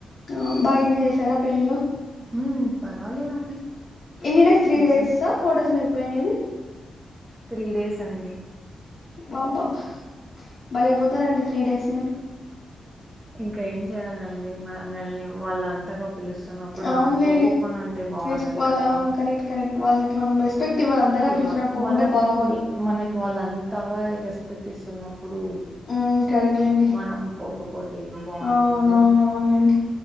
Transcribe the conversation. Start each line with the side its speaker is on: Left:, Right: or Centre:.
Left: ఆ బాగా ఎంజాజ్ చేశారా పెళ్ళిలో
Right: ఉమ్ పర్వాలేదండి
Left: ఎనీ డేస్ త్రీ
Right: చేసాం
Left: డేస్ ఆ ఫోర్ డేస్ ఆ మీరుపోయినిది
Right: త్రీ డేస్ అండి
Left: బాబాబా బలేపోతారండి త్రీ డేస్ మీరు
Right: ఇంకా ఏం చెయాలం డి మనల్ని వాళ్ళు అంతగా పిలుస్తున్నప్పుడు
Left: అవునులేండి
Right: మనం పోకోకుండా ఉంటే బాగుండదు
Left: రెస్ వాళ్ళ
Right: కదా
Left: కరెక్ట్ కరెక్ట్ వాళ్ళకి మనం రెస్పెక్ట్ ఇవ్వ అంతగా
Right: ఇవ్వాలి
Left: పిలిచినట్డుపోకుంటే
Right: మనకి
Left: బాగోదు
Right: మనకి వాళ్ళ అంతాగా రెస్పెక్ట్ ఇస్తున్నప్పుడు
Left: ఉమ్ కరెక్లేండి
Right: మనం పోకపోతే ఏం బాగుంటుంది
Left: అ అవున అవున అవునండి